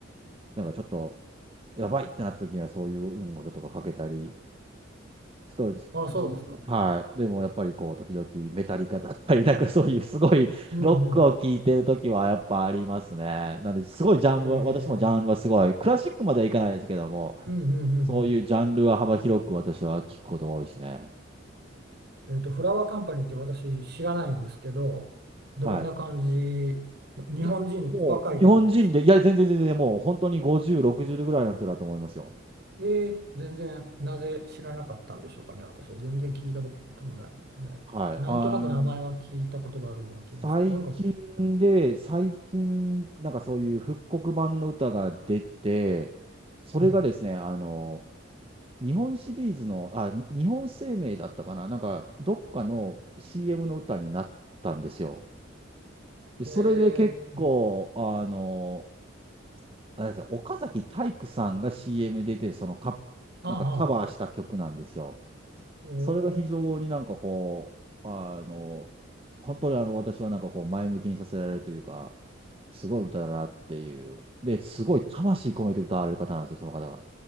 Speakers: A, on the right (about 30°); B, on the right (about 55°).
A: う、なんかちょっとやばいってなった時にはそういう音楽とかかけたり、ちょっとじ、
B: あ、そうですか。
A: はい。でもやっぱりこう、時々メタリカだったり、<laughs> なんかそういうすごいロックを聴いてる時はやっぱありますね。
B: うんうん。
A: なんで、すごいジャンルは、
B: ええ、
A: 私もジャンルはすごい、クラシックまではいかないですけども、
B: うんうんうん
A: そういうジャンルは幅広く私は聞くことが多いですね。
B: うん。えっと、フラワーカンパニーって私知らないんですけど、どんな感じ、
A: はい。
B: 日本人、
A: いや、もう日本人で、
B: 若い感じですか
A: いや、全然全然、もう本当に50、60ぐらいの人だと思いますよ。
B: ええ、全然、なぜ知らなかったんでしょうかね、私は。全然聞いたこともない、ない。
A: はい。
B: なんとなく名前は聞いたことがあるような気がします。
A: あの、最近で、
B: 音楽聞いたことない。
A: 最近、なんかそういう復刻版の歌が出て、それがですね、
B: うん。
A: あの、日本シリーズの、あ、日本生命だったかな、なんか、どっかの CM の歌になったんですよ。で、
B: ええ、
A: それで結構、あの、あれですよ岡崎体育さんが CM 出て、そのカ、
B: ああ、
A: なんかカバーした曲なんですよ。
B: おおー。
A: それが非常になんかこう、あの、本当にあの私はなんかこう前向きにさせられるというか、すごい歌だなっていう。で、すごい魂込めて歌われる方なんですよ、その方が。